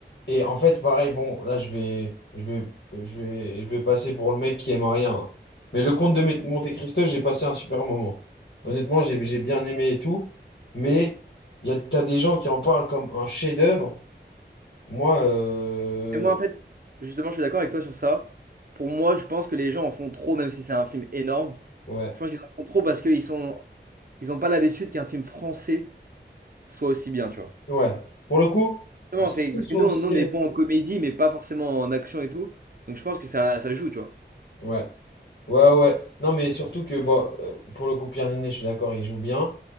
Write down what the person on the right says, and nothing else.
Et moi, en fait, justement, je suis d'accord avec toi sur ça. Pour moi, je pense que les gens en font trop, même si c'est un film énorme.
Je pense qu'ils en font trop parce qu'ils sont... ils ont pas l'habitude qu'un film français soit aussi bien, tu vois.
Vraiment,
c'est parce
que nous,
on, nous, on
est bon en comédie, mais pas forcément en action et tout. Donc, je pense que ça, ça joue, tu vois.